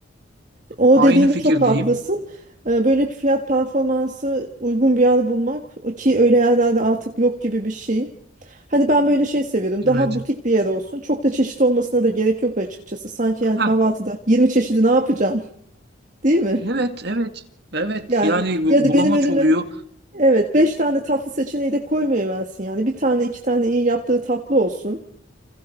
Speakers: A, on the right; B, on the right.
A: O
B: aynı
A: dediğinde
B: fikirdeyim.
A: çok haklısın. Ee, Böyle bir fiyat performansı uygun bir yer bulmak ki öyle yerlerde artık yok gibi bir şey. Hani ben böyle şey seviyorum.
B: Evet.
A: Daha butik bir yer olsun. Çok da çeşit olmasına da gerek yok açıkçası. Sanki yani
B: Ha,
A: kahvaltıda 20 çeşidi ne yapacaksın? <laughs> Değil mi?
B: evet, evet. Evet,
A: Yani
B: yani bu-
A: ya da
B: bulamaç
A: benim önüme
B: oluyor.
A: evet 5 tane tatlı seçeneği de koymayıversin yani. Bir tane iki tane iyi yaptığı tatlı olsun.